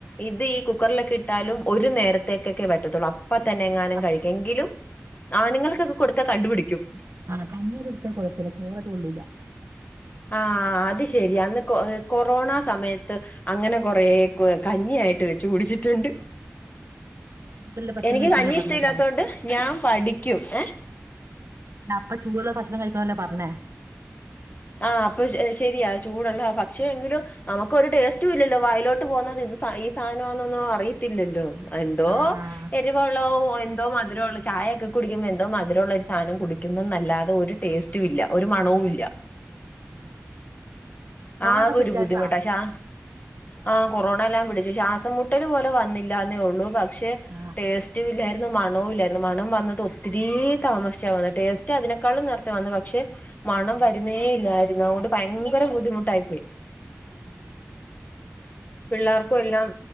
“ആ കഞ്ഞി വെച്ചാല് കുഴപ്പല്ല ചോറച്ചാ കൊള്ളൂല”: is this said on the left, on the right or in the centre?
Right